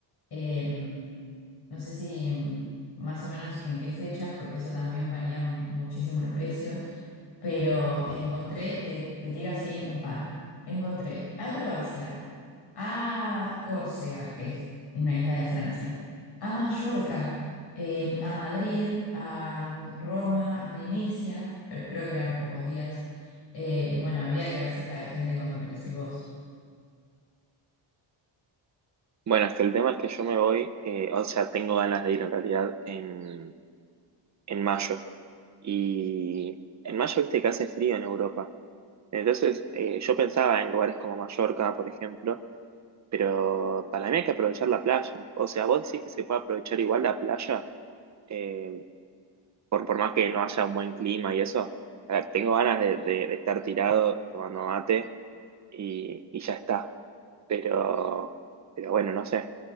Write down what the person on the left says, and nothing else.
Eh, no sé si mm, más o menos en qué fechas, porque eso también varía muchísimo el precio. Pero encontré, te, te tiro así un par. Encontré a Croacia, a Córcega, que es una isla de Francia, a Mallorca, eh, a Madrid, a mm, Roma, a Venecia, pero creo que eran pocos días. Eh, bueno, habría que ver si está vigente cuando querés ir vos.